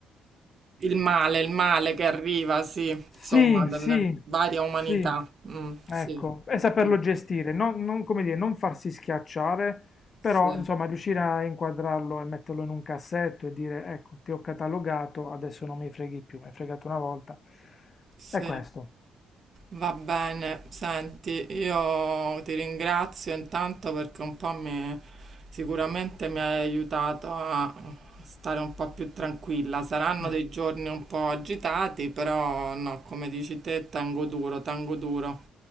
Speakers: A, on the right (about 45°); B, on the left (about 45°).
A: Il male, il male che arriva, sì,
B: sì,
A: insomma, dalle
B: sì,
A: varie umanità.
B: sì,
A: Mm,
B: ecco,
A: sì,
B: e saperlo
A: sì,
B: gestire, non, non, come dire, non farsi schiacciare,
A: sì,
B: però insomma riuscire a inquadrarlo e metterlo in un cassetto e dire ecco, ti ho catalogato, adesso non mi freghi più, mi hai fregato una volta.
A: sì.
B: È questo,
A: Va bene, senti, io ti ringrazio intanto perché un po' mi, sicuramente mi hai aiutato a stare un po' più tranquilla. Saranno
B: Mm,
A: dei giorni un po' agitati, però no, come dici te, tengo duro, tengo duro.